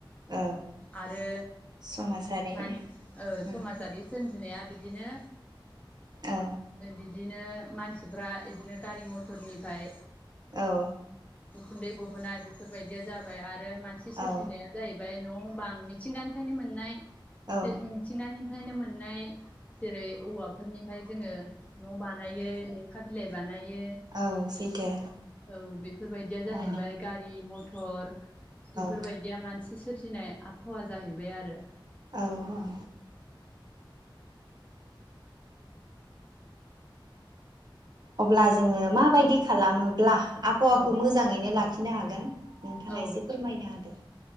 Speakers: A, on the right (about 50°); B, on the left (about 15°).
A: औ
B: आरो
A: समाजारि
B: मान ओ
A: औ
B: समाजारि सोमजिनाया बिदिनो
A: औ
B: <unintelligible> इदिनो मानसिफ्रा इदिनो गारि मथरनिफ्राय
A: औ
B: गुन्दै गहोनाय बेफोरबायदिया जाबाय आद आरो मानसि सोरजिनाया
A: औ
B: जाहैबाय ओमफ्राय न बांं मिथिंगानिफ्रायनो मोननाय
A: औ
B: मिथि-मिथिंगानि ओमफ्रायनो मोननाय जेरै औवाफोरनिफ्राय जोङो न बानायो लेखा बिलाइ बानाय इयो
A: औ सैथो
B: औ बेफोरबायदिया जाहैबाय
A: औ
B: गाय रि मथर बेफोरबायदिया
A: औ
B: मानसि बि सोरजिनाय आबहावा जाहैबाय आरो।
A: औ औ अब्ला जोंङो माबायदि खालामोब्ला आबहावाखौ
B: औ
A: मोजांङैनो लाखि खिनो हागोन नोंथाङा
B: औ
A: एसे फोरमायना होदो